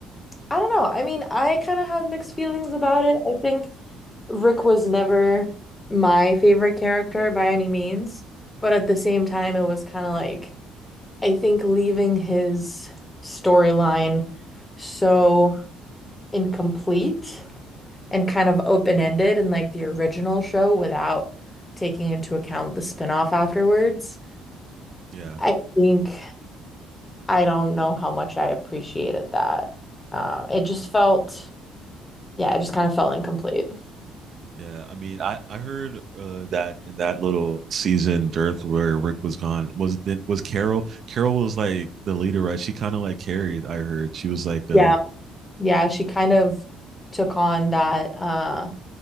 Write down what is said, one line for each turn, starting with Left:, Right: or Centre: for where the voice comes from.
Left: I don't know. I mean, I kind of had mixed feelings about it. I think Rick was never my favorite character by any means, but at the same time it was kind of like I think leaving his storyline so incomplete and kind of open-ended in like the original show without taking into account the spinoff afterwards.
Right: yeah,
Left: I think I don't know how much I appreciated that. Uh, it just felt, yeah, it just kind of felt incomplete.
Right: yeah. I mean, I I heard uh, that in that little season dearth where Rick was gone was was Carol. Carol was like the leader, right? She kind of like carried. I heard she was like uh
Left: Yeah. Yeah, she kind of took on that uh